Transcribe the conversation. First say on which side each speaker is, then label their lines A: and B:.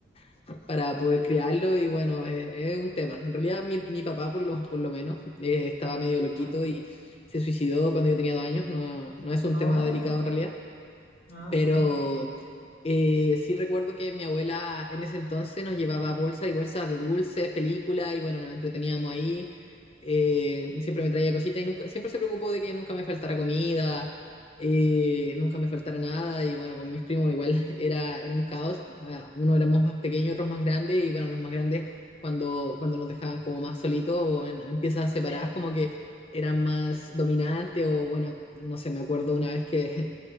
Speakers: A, on the left; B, on the left.
A: <laughs> para poder criarlo y bueno, es, es un tema. En realidad mi, mi papá por lo, por lo menos eh, estaba medio loquito
B: Sí.
A: y se suicidó cuando yo tenía dos años, no, no es un
B: Oh,
A: tema delicado en realidad
B: ajá.
A: pero eh, sí recuerdo que mi abuela en ese entonces nos llevaba bolsas y bolsas de dulces, películas, y bueno, nos entreteníamos ahí. Eh, siempre me traía cositas y nunca, siempre se preocupó de que nunca me faltara comida, eh, nunca me faltara nada. Y bueno, con mis primos igual <laughs> era, era un caos. O sea, uno éramos más pequeños, otros más grandes, y bueno, los más grandes cuando, cuando nos dejaban como más solitos o en, en piezas separadas,
B: Sí.
A: como que eran más dominantes o bueno, no sé, me acuerdo una vez que